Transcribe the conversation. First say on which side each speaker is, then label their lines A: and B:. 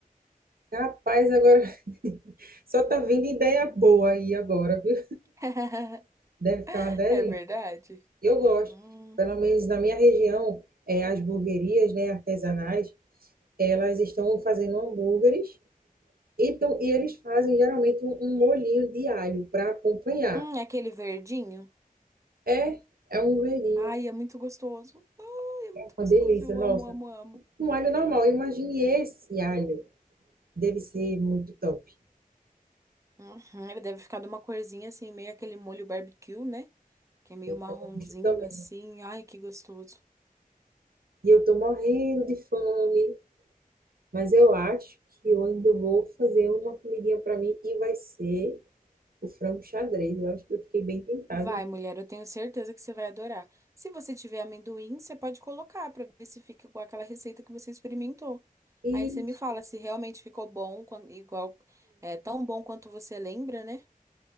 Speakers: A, on the right (about 80°); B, on the right (about 20°).
A: Rapaz, agora <laughs> só tá vindo ideia boa aí agora, viu?
B: <laughs>
A: Deve ficar uma delícia.
B: É verdade?
A: Eu gosto.
B: Hum,
A: Pelo menos na minha região, eh, as hamburguerias, né, artesanais, elas estão fazendo hambúrgueres e, tão- e eles fazem geralmente um, um molhinho de alho para acompanhar.
B: hum, aquele verdinho.
A: É, é um verninho,
B: Ai, é muito gostoso. Ai, é muito
A: é uma
B: gostoso.
A: delícia.
B: Eu
A: Nossa,
B: amo, amo, amo.
A: um alho normal. Imagine esse alho. Deve ser muito top.
B: Uhum, ele deve ficar de uma corzinha assim, meio aquele molho barbecue, né? Que é meio
A: Então,
B: marronzinho
A: eu também.
B: assim. Ai, que gostoso.
A: E eu tô morrendo de fome, mas eu acho que eu ainda vou fazer uma comidinha para mim e vai ser o frango xadrez. Eu acho que eu fiquei bem tentada
B: Vai, mulher, eu tenho certeza que você vai adorar. Se você tiver amendoim, você pode colocar pra ver se fica igual aquela receita que você experimentou.
A: Isso,
B: Aí você me fala se realmente ficou bom, quan- igual, é tão bom quanto você lembra, né?